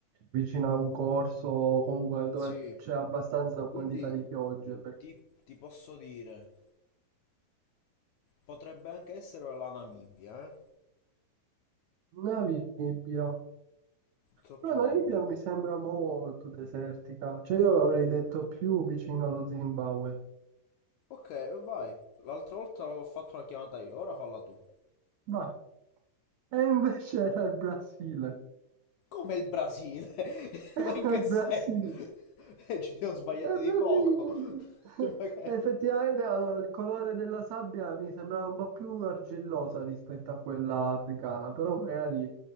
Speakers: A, on the right (about 85°); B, on the left (about 75°).
A: vicino a un corso o comunque dove
B: Sì,
A: c'è abbastanza quantità
B: quindi
A: di piogge. per-
B: ti, ti posso dire, potrebbe anche essere la Namibia, eh?
A: Una Namibia,
B: Sotto
A: però la
B: l'Angola.
A: Namibia mi sembra molto desertica, cioè io l'avrei detto più vicino allo Zimbabwe.
B: Ok, vai. L'altra volta ho fatto la chiamata io, ora falla tu.
A: Vai. E invece era il Brasile.
B: Come il Brasile? <laughs>
A: <laughs> Era
B: Ma in che
A: il
B: senso?
A: Brasile.
B: <laughs> Eh, Ci siamo sbagliati
A: Eh,
B: di
A: beh,
B: poco.
A: sì.
B: <laughs>
A: <laughs>
B: Ma che...
A: Eh, Effettivamente eh, il colore della sabbia mi sembrava un po' più argillosa rispetto a quella africana, però magari